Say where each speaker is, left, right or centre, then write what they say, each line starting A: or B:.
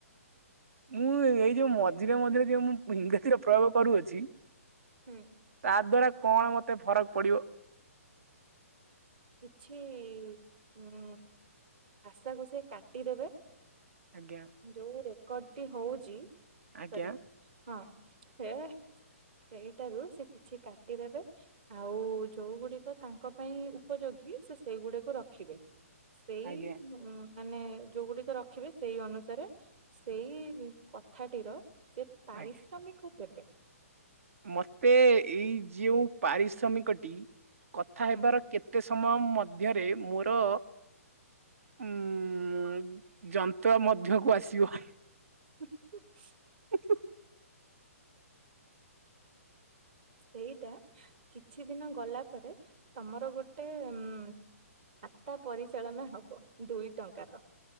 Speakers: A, on the right (about 65°); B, on the right (about 35°).
A: ମୁଁ ଏଇ ଯୋଉ ମଝିରେ ମଝିରେ ଯୋଉ ମୁଁ ଇଂରାଜୀରେ ପ୍ରୟୋଗ କରୁଅଛି
B: ହୁଁ।
A: ତା ଦ୍ଵାରା କଣ ମତେ ଫରକ ପଡିବ।
B: କିଛି ଉଁ ଭାଷାକୁ ସେ କାଟିଦେବେ।
A: ଆଜ୍ଞା।
B: ଯୋଉ ରେକର୍ଡଟି ହଉଛି
A: ଆଜ୍ଞା
B: ସରି ହଁ ସେ ସେଇଟାରୁ ସେ କିଛି କାଟିଦେବେ। ଆଉ ଯୋଉ ଗୁଡିକ ତାଙ୍କ ପାଇଁ ଉପଯୋଗୀ ସେ ସେଇଗୁଡିକୁ ରଖିବେ। ସେଇ
A: ଆଜ୍ଞା
B: ଉଁ ମାନେ ଯୋଉଗୁଡିକ ରଖିବେ ସେଇ ଅନୁସାରେ ସେଇ କଥାଟିର ସେ ପାରିଶ୍ରମିକ
A: ଆ
B: ଦେବେ।
A: ମତେ ଏଇ ଯଉ ପାରିଶ୍ରମିକଟି କଥା
B: ହୁଁ
A: ହେବାର କେତେ ସମୟ ମଧ୍ୟରେ ମୋର ଉଁ ଯନ୍ତ୍ର ମଧ୍ୟକୁ ଆସିବ।
B: <inaudible>
A: <inaudible>
B: ସେଇଟା କିଛି ଦିନ ଗଲା ପରେ ତମର ଗୋଟେ ଉଁ ଖାତା ପରିଚାଳନା ହବ ଦୁଇ ଟଙ୍କାର।